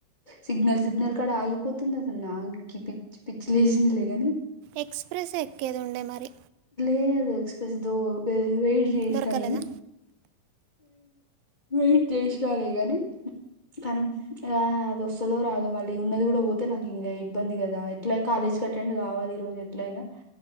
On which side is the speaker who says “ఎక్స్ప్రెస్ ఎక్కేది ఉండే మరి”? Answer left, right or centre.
Right